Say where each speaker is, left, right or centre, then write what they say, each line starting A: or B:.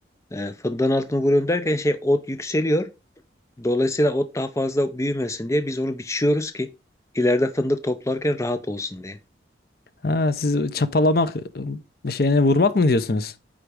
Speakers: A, on the left (about 15°); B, on the left (about 55°).
A: E, fındığın altını vuruyorum derken şey ot yükseliyor. Dolayısıyla ot daha fazla büyümesin diye biz onu biçiyoruz ki ileride fındık toplarken rahat olsun diye.
B: Ha, siz çapalamak ıı, şeyine vurmak mı diyorsunuz?